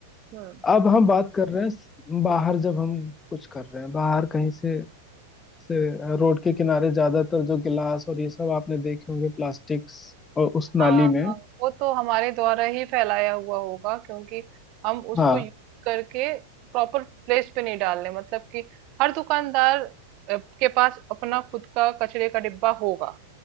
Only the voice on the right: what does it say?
हम्म
हाँ
हाँ,
वो तो हमारे द्वारा ही फैलाया हुआ होगा क्योंकि हम उसको
यूज करके प्रॉपर प्लेस पे नहीं डाल रहे मतलब कि हर दुकानदार अ, के पास अपना खुद का कचरे का डिब्बा होगा